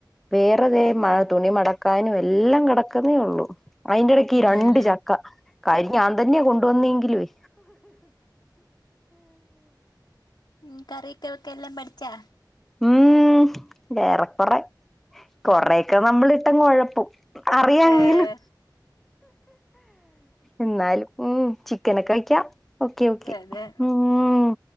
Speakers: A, in the centre; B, on the left.
A: വേറെ ദേ
B: അതെ
A: മഴ തുണിമടക്ക ക്കാനും എല്ലാം കിടക്കുന്നേ ഉള്ളൂ അയിന്റെ ഇടയ്ക്ക്
B: ഉം.
A: ഈ രണ്ട് ചക്ക കാര്യം ഞാൻ തന്നെയാ കൊണ്ടുവന്നേങ്കിലുവേ
B: ഉം കറീക്കെ വെക്കാൻ എല്ലാം പഠി <unintelligible>
A: ഉംഹ് ഏറെ കുറെ കൊറെയൊക്കെ നമ്മളിട്ടങ്ങ് ഒഴപ്പ പ്പും അറിയാങ്കിലും
B: ഏഹ്
A: എന്നാലും മ്ഹ് ചിക്കനൊക്കെ വെയ്ക്കാം ഓക്കെ ഓക്കെ
B: അതെ
A: മ്ഹ്